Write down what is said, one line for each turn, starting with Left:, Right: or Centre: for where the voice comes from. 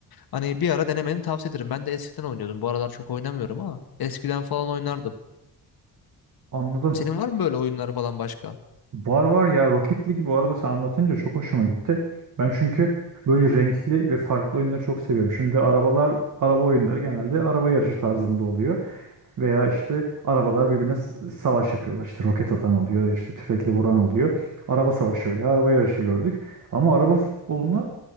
Left: Hani bir ara denemeni tavsiye ederim. Ben de eskiden oynuyordum. Bu aralar çok oynamıyorum ama eskiden falan oynardım.
Right: Anladım.
Left: Senin var mı böyle oyunlar falan başka?
Right: Var var ya Rocket League'i bu arada sen anlatınca çok hoşuma gitti. Ben çünkü böyle renkli ve farklı oyunları çok seviyorum. Şimdi arabalar, araba oyunları genelde araba yarışı tarzında oluyor. Veya işte arabalar birbirine s- savaş yapıyorlar. İşte roket atan oluyor, işte tüfekle vuran oluyor. Araba savaşı veya araba yarışı gördük. Ama araba futbolunu